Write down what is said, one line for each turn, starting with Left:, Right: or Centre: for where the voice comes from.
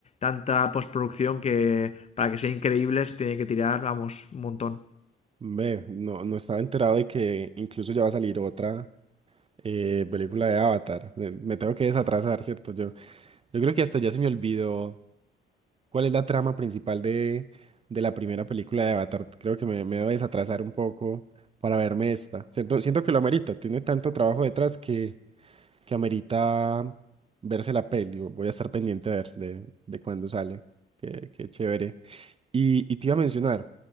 Left: tanta postproducción que para que sea increíble se tiene que tirar, vamos, un montón.
Right: Ve, no, no estaba enterado de que incluso ya va a salir otra eh, película de Avatar. Me, me tengo que desatrasar, ¿cierto? Yo, yo creo que hasta ya se me olvidó cuál es la trama principal de, de la primera película de Avatar. Creo que me, me debo desatrasar un poco para verme esta. Siento, siento que lo amerita. Tiene tanto trabajo detrás que, que amerita verse la peli. Voy a estar pendiente a ver de, de cuándo sale. Qué, qué chévere. Y, y te iba a mencionar